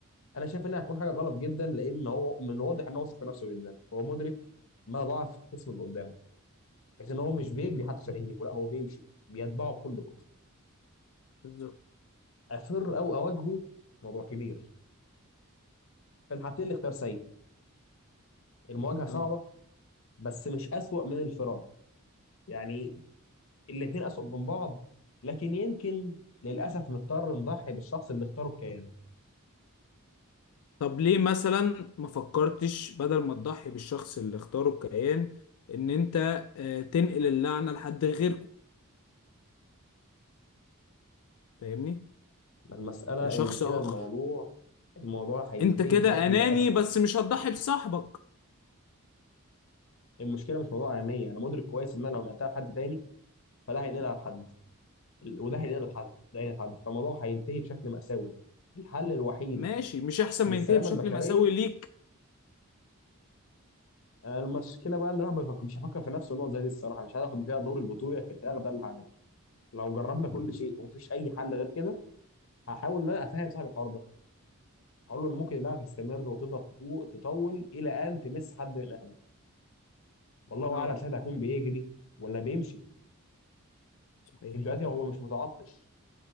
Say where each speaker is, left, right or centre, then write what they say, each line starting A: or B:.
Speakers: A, on the left; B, on the left.
A: انا شايف انها هتكون حاجه غلط جدا لان هو من الواضح ان هو واثق في نفسه جدا هو مدرك ما ضعف الخصم اللي قدامه بحيث ان هو مش بيجري حتى عشان يجيبه لا هو بيمشي بيتبعه بكل بطء
B: بالظبط
A: افر او اواجهه موضوع كبير في الحالتين الاختيار سيء المواجهه صعبه
B: اه
A: بس مش اسوأ من الفرار يعني الاثنين اسوأ من بعض لكن يمكن للاسف نضطر نضحي بالشخص اللي اختاره كيان
B: طب ليه مثلا ما فكرتش بدل ما تضحي بالشخص اللي اختاره الكيان ان انت آه، تنقل اللعنة لحد غيركم فاهمني
A: ما المساله
B: لشخص
A: ان كده
B: اخر
A: الموضوع الموضوع هينتهي
B: انت كده
A: بشكل
B: اناني
A: اسوأ
B: بس مش هتضحي بصاحبك
A: المشكله مش موضوع عينيا انا مدرك كويس ان انا لو نقلتها لحد تاني فده هينقلها لحد ال- وده هينقلها لحد ده هينقلها لحد فالموضوع هينتهي بشكل مأساوي الحل الوحيد
B: ماشي مش احسن
A: للسلامة
B: ما ينتهي بشكل
A: البشرية
B: مأساوي ليك
A: آه، المشكلة بقى ان الواحد ما بيفكر- مش هيفكر في نفسه نقط زي دي الصراحة مش هياخد فيها دور البطولة في الفراغ ده اللي هعمله لو جربنا كل شيء ومفيش أي حل غير كده هحاول ان انا افهم صاحب الحوار ده هقول له ان ممكن اللعبة تستمر وتفضل تطو- تطول إلى أن تمس حد من أهلك والله
B: اه
A: أعلم ساعتها هيكون بيجري ولا بيمشي
B: صحيح
A: دلوقتي هو مش متعطش